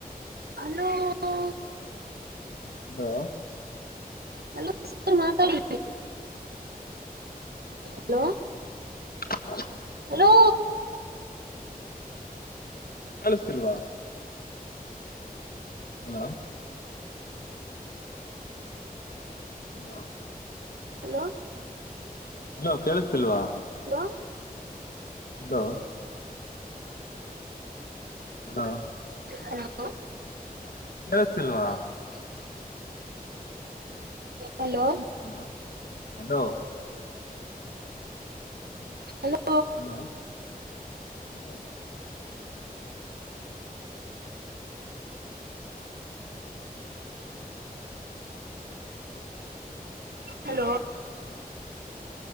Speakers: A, on the right (about 85°); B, on the left (about 70°).
A: ಹಲೋ ಹಲೋ
B: ಅದೂ
A: ಹಲೋ ಸರ್ ಮಾತಾಡಿ ಹಲೋ
B: <inaudible>
A: ಹಲೋ
B: ಕೇಳಿಸ್ತಿಲ್ವಾ ಹಲೋ ಹಲೋ
A: ಹಲೋ
B: ಹಲೋ ಕೇಳಿಸ್ತಿಲ್ವಾ
A: ಹಲೋ
B: ಹಲೋ ಹಲೋ
A: ಹಲೋ
B: ಕೇಳಿಸ್ತಿಲ್ವಾ
A: ಹಾ hello
B: hello hello
A: hello
B: hello hello
A: hello
B: ಹ್ಮ